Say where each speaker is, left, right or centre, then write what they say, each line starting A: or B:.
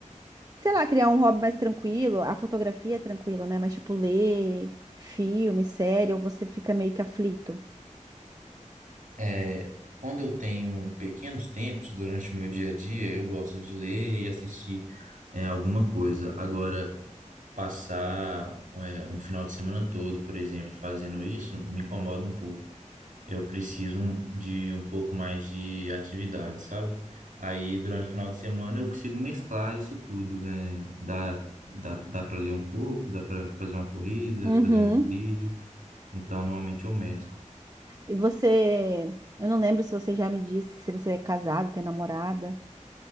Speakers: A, on the right; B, on the right.
A: sei lá, criar um hobby mais tranquilo? A fotografia é tranquilo, né? Mas, tipo, ler filme, série, ou você fica meio que aflito?
B: É, quando eu tenho pequenos tempos durante o meu dia a dia, eu gosto de ler e assistir é, alguma coisa. Agora, passar é, um final de semana todo, por exemplo, fazendo isso, me incomoda um pouco. eu preciso um- de um pouco mais de atividade, sabe? Aí, durante o final de semana, eu consigo mesclar isso tudo, né? Dá, dá, dá para ler um pouco, dá para fazer uma corrida,
A: Uhum.
B: fazer uma trilha. Então, normalmente eu mesclo.
A: E você, eu não lembro se você já me disse se você é casado, tem namorada.